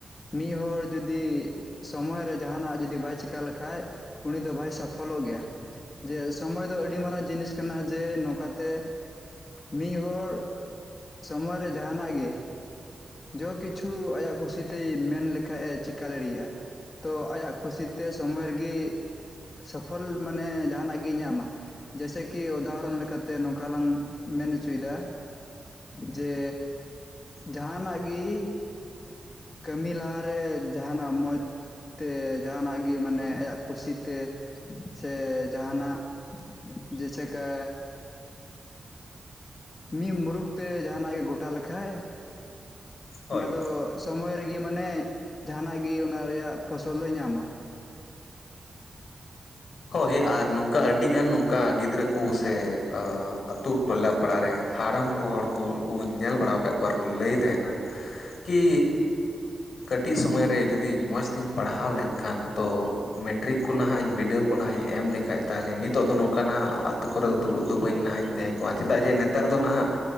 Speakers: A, on the left; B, on the left.
A: ᱢᱤᱫ ᱦᱚᱲ ᱡᱩᱫᱤ ᱥᱚᱢᱚᱭ ᱨᱮ ᱡᱟᱦᱟᱱᱟᱜ ᱡᱩᱫᱤ ᱵᱟᱭ ᱪᱮᱠᱟ ᱞᱮᱠᱷᱟᱡ ᱩᱱᱤ ᱫᱚ ᱵᱟᱭ ᱥᱟᱯᱷᱚᱞᱚᱜ ᱜᱮᱭᱟ ᱡᱮ ᱥᱚᱢᱚᱭ ᱫᱚ ᱟᱹᱰᱤ ᱢᱟᱨᱟᱝ ᱡᱤᱱᱤᱥ ᱠᱟᱱᱟ ᱡᱮ ᱱᱚᱝᱠᱟ ᱛᱮ ᱢᱤᱫ ᱦᱚᱲ ᱥᱚᱢᱚᱭ ᱨᱮ ᱡᱟᱦᱟᱱᱟᱜ ᱜᱮ ᱡᱚᱛᱚ ᱠᱤᱪᱷᱩ ᱟᱭᱟᱜ ᱠᱩᱥᱤᱛᱮᱭ ᱢᱮᱱ ᱞᱮᱠᱷᱟᱡ ᱮ ᱪᱮᱠᱟ ᱫᱟᱲᱮᱭᱟᱜ-ᱟ ᱛᱚ ᱟᱭᱟᱜ ᱠᱩᱥᱤ ᱛᱮ ᱥᱚᱢᱚᱭ ᱨᱮᱜᱤ ᱥᱚᱯᱷᱚᱞ ᱢᱟᱱᱮ ᱡᱟᱦᱟᱱᱟᱜ ᱜᱮ ᱧᱟᱢᱟ ᱡᱮᱭᱥᱮ ᱠᱤ ᱩᱫᱟᱦᱚᱨᱚᱱ ᱞᱮᱠᱟ ᱛᱮ ᱛᱮ ᱱᱚᱝᱠᱟ ᱞᱟᱝ ᱢᱮᱱ ᱚᱪᱚᱭᱮᱫᱟ ᱡᱮᱻ ᱡᱟᱦᱟᱱᱟᱜ ᱜᱤ ᱠᱟᱹᱢᱤ ᱞᱟᱦᱟ ᱨᱮ ᱡᱟᱦᱟᱱᱟᱜ ᱢᱚᱡᱽ ᱛᱮ ᱡᱟᱦᱟᱱᱟᱜ ᱜᱤ ᱢᱟᱱᱮ ᱟᱭᱟᱜ ᱠᱩᱥᱤ ᱛᱮ ᱥᱮ ᱡᱟᱦᱟᱱᱟᱜ ᱡᱮᱥᱮᱠᱟ ᱢᱤᱫ ᱢᱩᱨᱩᱠᱷ ᱛᱮ ᱡᱟᱦᱟᱱᱟᱜ ᱜᱮ ᱜᱚᱴᱟ ᱞᱮᱠᱷᱟᱡ
B: ᱦᱳᱭ
A: ᱚᱱᱟ ᱫᱚ ᱥᱚᱢᱚᱭ ᱨᱮᱜᱤ ᱢᱟᱱᱮ ᱡᱟᱦᱟᱱᱟᱜ ᱜᱤ ᱚᱱᱟ ᱨᱮᱭᱟᱜ ᱯᱷᱚᱥᱚᱞ ᱫᱚᱭ ᱧᱟᱢᱟ
B: ᱦᱳᱭ ᱟᱨ ᱱᱚᱝᱠᱟ ᱟᱹᱰᱤ ᱜᱟᱱ ᱚᱠᱟ ᱜᱤᱫᱽᱨᱟᱹ ᱠᱩ ᱥᱮ ᱟᱛᱳ ᱴᱚᱞᱟ ᱯᱟᱲᱟ ᱨᱮ ᱦᱟᱲᱟᱢ ᱠᱚ ᱦᱚᱲ ᱠᱩ ᱩᱱᱠᱩ ᱧᱮᱞ ᱵᱟᱲᱟ ᱟᱠᱟᱫ ᱠᱚᱣᱟ ᱠᱟᱨ ᱠᱚ ᱞᱟᱹᱭ ᱛᱟᱦᱮᱱᱟ ᱠᱤ ᱠᱟᱹᱴᱤᱡ ᱥᱚᱢᱚᱭ ᱨᱮ ᱡᱩᱫᱤ ᱢᱚᱡᱽ ᱛᱤᱧ ᱯᱟᱲᱦᱟᱣ ᱞᱮᱱᱠᱷᱟᱱ ᱛᱚ ᱢᱮᱴᱨᱤᱠ ᱠᱚ ᱱᱟᱦᱟᱜ ᱵᱤᱰᱟᱹᱣ ᱠᱚ ᱱᱟᱦᱟᱜ ᱤᱧ ᱮᱢ ᱞᱮᱠᱷᱟᱡ ᱛᱟᱦᱚᱞᱮ ᱱᱤᱛᱚᱜ ᱫᱚ ᱱᱚᱝᱠᱟ ᱱᱟᱦᱟᱜ ᱟᱛᱳ ᱠᱚᱨᱮ ᱫᱚ ᱫᱩᱲᱩᱵ ᱫᱚ ᱵᱟᱹᱧ ᱱᱟᱦᱟᱜ ᱤᱧ ᱛᱟᱦᱮᱸ ᱠᱚᱜᱼᱟ ᱪᱮᱫᱟᱜ ᱡᱮ ᱱᱮᱛᱟᱨ ᱫᱚ ᱱᱟᱦᱟᱜ